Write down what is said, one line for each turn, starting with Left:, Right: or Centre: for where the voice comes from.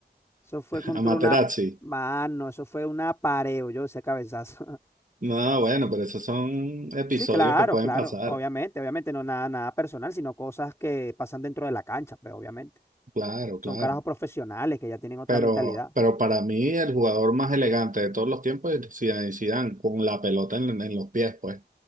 Left: Eso fue contra
Right: a Materazzi.
Left: una mano, eso fue un apareo, yo ese cabezazo. <laughs>
Right: No, bueno, pero esos son episodios
Left: Sí, claro,
Right: que pueden
Left: claro,
Right: pasar.
Left: obviamente, obviamente, no nada, nada personal, sino cosas que pasan dentro de la cancha, pues obviamente.
Right: Claro,
Left: Son
Right: claro.
Left: carajos profesionales que ya tienen otra
Right: Pero,
Left: mentalidad.
Right: pero para mí el jugador más elegante de todos los tiempos es Zinedine Zidane, con la pelota en, en los pies, pues.